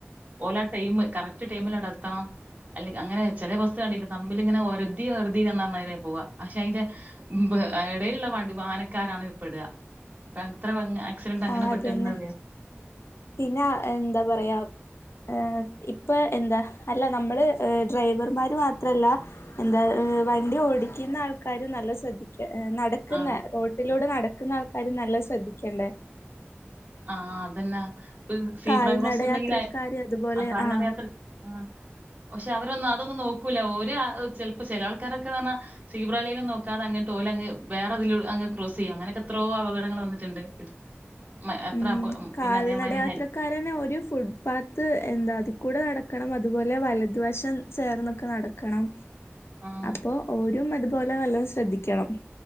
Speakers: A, on the right (about 35°); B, on the left (about 65°).
A: ഓല ടൈം കറക്റ്റ് ടൈമിൽടെ എത്തണം അല്ല അങ്ങനെ ചില വസ്തുക കണ്ടട്ട നമ്മിൽിങ്ങനെ ഒറുതി ഒറുതി പറഞ്ഞതിനെ പോവാ പക്ഷെ അതിന്റെ ഇടയിലുള്ള വണ്ടി വാനക്കാരാണ് ഇപ്പെെടുക പങ്ക് അത്ര ആക്സിഡന്റ് അങ്ങനെ
B: ആഹ്
A: പറ്റന്ന്റിയാം
B: അതന്നെ പിന്നെ എന്താ പറയാ ഏ ഇപ്പൊ എന്താ അല്ല നമ്മൾ ഡ്രൈവർമാർ മാത്രമല്ല എന്താ വണ്ടി ഓടിക്കുന്ന ആൾക്കാർ നല്ല ശ്രദ്ധിക്കും നടക്കുന്ന
A: ആ
B: റോട്ടിലൂടെ നടുന്ന ുന്ന ആൾക്കാര് നല്ല ശ്രദ്ധിക്കണ്ടേ
A: ആഹ അതെന്നാ സീബ്ര
B: കാൽനടയാത്രക്കാര്
A: ക്രോസ്സ് ഉണ്ടെങ്കിൽ
B: അതുപോലെ
A: ആ കാല
B: ആഹ്
A: യാത്ര ആ പക്ഷെ അവരൊന്ന് അതൊന്ന് നോക്കി ക്കു ലോരു ആഹ്‌ ചിൽപ്പൊ ചെല ആൾക്കാരൊക്കെന്ന് പറഞ്ഞാ സീബ്രാലൈനൊന്നും നോക്കാതെ അങ്ങ്ട്ട് ഓലങ്ങ് വേറെ തിൽ അങ്ങ് ക്രോസ്സിയ്യും അങ്ങനൊക്കെത്രോ അപകടങ്ങൾ വന്നിട്ടുണ്ട് മ എത്ര
B: ഉം
A: അപ
B: കാൽനടയാത്രക്കാരനെ
A: പിന്നെ അതേമാതിരി ഹെൽ
B: ഒരു ഫുട്പാത്ത് എന്താ അതി കൂടെ നടക്കണം മ തുപോലെ വലതുവശം ചേർന്നൊക്കെ നടക്കണം
A: ആഹ്
B: അപ്പൊ ഓരും അത് പോലെ നല്ലം ശ്രദ്ധിക്കണം